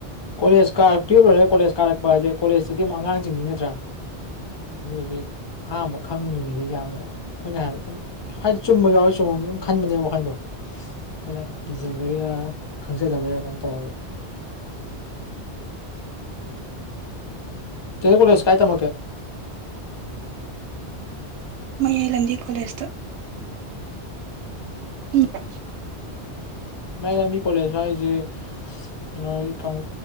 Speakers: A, on the left; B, on the right.
A: ꯀꯣꯂꯦꯖ ꯀꯥꯔꯛꯇ ꯀꯣꯂꯦꯖ ꯀꯥꯔꯛꯄ ꯍꯥꯏꯁꯦ ꯀꯣꯂꯦꯖ ꯑꯀꯤ ꯑꯃꯨꯛ ꯑꯉꯥꯡꯁꯤꯡꯗꯤ ꯅꯠꯇ꯭ꯔꯥ ꯑꯗꯨꯗꯒꯤ ꯑꯍꯥꯟꯕ ꯈꯪꯗ꯭ꯔꯤꯉꯩꯗꯩ ꯌꯥꯝꯅ ꯑꯩꯈꯣꯏꯅ ꯍꯥꯏꯕ ꯑꯗꯨꯝ ꯍꯥꯏꯗꯤ ꯆꯨꯝꯕ ꯌꯥꯎꯋ ꯆꯨꯝꯕ ꯑꯗꯨꯝ ꯈꯟꯕꯅꯦꯕ ꯋꯥꯈꯟꯗꯣ ꯑꯩꯈꯣꯏꯅ ꯀꯤꯖꯕꯩꯔꯥ ꯈꯪꯖꯗꯕꯩꯔꯥ ꯑꯗꯨꯝ ꯇꯧꯔꯒ ꯇꯦꯣꯣꯏꯁ ꯀꯥꯏ ꯇꯃꯦ
B: ꯃꯌꯥꯏ ꯂꯝꯕꯤ ꯀꯣꯂꯦꯖꯇ ꯍꯗ
A: ꯃꯥꯏꯅ ꯃꯤ ꯀꯣꯂꯦꯖ ꯍꯥꯏꯁꯦ ꯀꯩꯅꯣ ꯀꯥꯡ